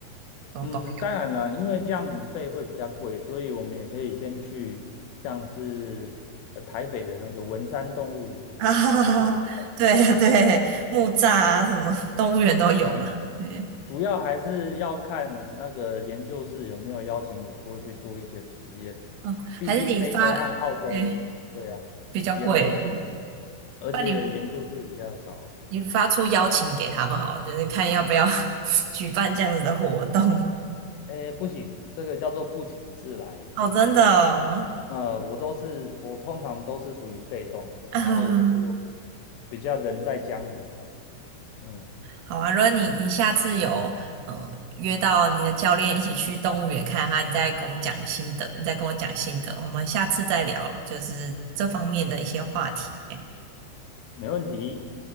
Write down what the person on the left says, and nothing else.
嗯，当然了，因为这样旅费会比较贵，所以我们也可以先去像是呃台北的那个文山动物园先看一下。
嗯
主要还是要看那个研究室有没有邀请我过去做一些实验，
毕竟非洲和澳洲，
对呀，
研究室比较，而且研究室比较少。
哎，不行，这个叫做不请自来。
呃，我都是，我通常都是属于被动的，
然后我就比较人在江湖啦。嗯，
没问题。